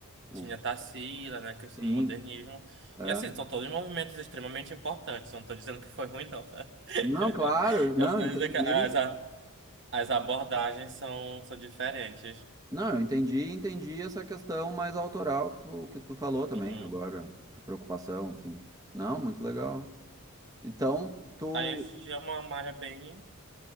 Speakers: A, on the right (about 15°); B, on the right (about 55°).
A: o,
B: Tinha
A: o-
B: Tarsila, né? Questão
A: sim,
B: do modernismo.
A: é.
B: E assim, são todos movimentos extremamente importantes. Não tô dizendo que foi ruim, não. <laughs>
A: Não, claro, não,
B: As,
A: entendi.
B: as, As abordagens são, são diferentes.
A: Não, eu entendi, entendi essa questão mais autoral que tu, que tu falou também
B: Uhum.
A: agora, essa preocupação, enfim. Não, muito legal. Então, tu,
B: Aí hoje em dia é uma uma área bem,